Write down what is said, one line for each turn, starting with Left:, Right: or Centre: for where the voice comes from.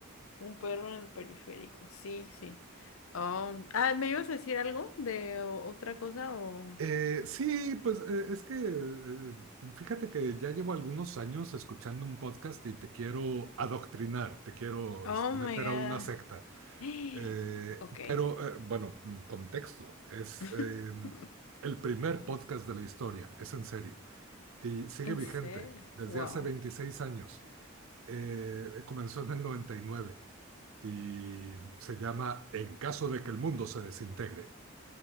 Left: Un perro en el periférico. Sí, sí. Oh. Ah, ¿me ibas a decir algo de o- otra cosa? O...
Right: Eh, sí, pues eh, es que eh, fíjate que ya llevo algunos años escuchando un podcast y te quiero adoctrinar, te quiero
Left: Oh
Right: este,
Left: my
Right: meter
Left: God.
Right: a una secta.
Left: <gasps>
Right: Eh,
Left: Ok.
Right: pero eh, bueno, mm, contexto, es
Left: <laughs>
Right: eh, el primer podcast de la historia, es en serio, y sigue
Left: ¿En
Right: vigente
Left: serio?
Right: desde
Left: Wow.
Right: hace 26 años. Eh, comenzó en el 99 y se llama En caso de que el mundo se desintegre.